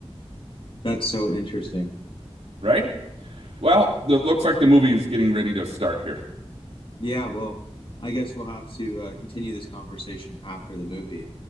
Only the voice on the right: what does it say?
right? Well, it looks like the movie's getting ready to start here.